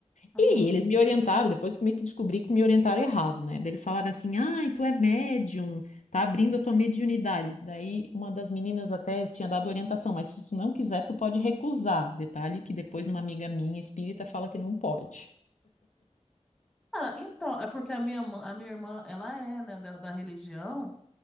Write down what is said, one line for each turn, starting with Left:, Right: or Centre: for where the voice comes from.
Centre: aham.
Left: E eles me orientaram, depois que eu meio que descobri que me orientaram errado, né? Daí Eles falaram assim: ai, tu é médium, tá abrindo a tua mediunidade. Daí uma das meninas até tinha dado orientação, mas se tu não quiser, tu pode recusar. Detalhe que depois uma amiga minha espírita fala que não pode.
Centre: Cara, então, é porque a minha, mã- a minha irmã, ela é, né, da, da religião.